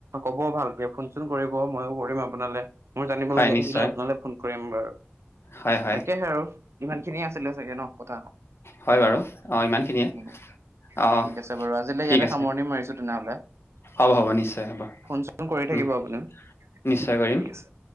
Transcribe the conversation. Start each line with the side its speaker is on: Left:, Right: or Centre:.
Right: ক'বও ভালকে ফোনচোন কৰিব, ময়ো কৰিম আপোনালে। মই জানিবলগীয়া
Left: হয় নিশ্চয়
Right: থাকিলে আপোনালে ফোন কৰিম বাৰু।
Left: হয় হয়
Right: তাকেহে আৰু ইমান খিনিয়ে আছিলে চাগে ন' কথা।
Left: হয় বাৰু অ ইমানখিনিয়ে
Right: উম,
Left: অ
Right: ঠিক আছে বাৰু, আজিলৈ
Left: ঠিক
Right: ইয়াতে
Left: আছে
Right: সামৰণি মাৰিছো তেনেহ'লে
Left: হ'ব হ'ব নিশ্চয় হ'ব
Right: ফোন চোন কৰি থাকিব
Left: উম,
Right: আপুনি।
Left: নিশ্চয় কৰিম,
Right: ঠিক আছে